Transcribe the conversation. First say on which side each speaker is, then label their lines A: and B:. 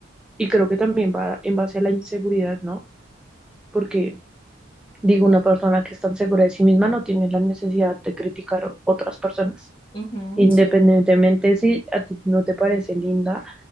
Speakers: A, in the centre; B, on the left.
A: y creo que también va en base a la inseguridad, ¿no? Porque digo, una persona que está segura de sí misma no tiene la necesidad de criticar otras personas.
B: <laughs> Ujú,
A: Independientemente
B: sí.
A: si a ti no te parece linda,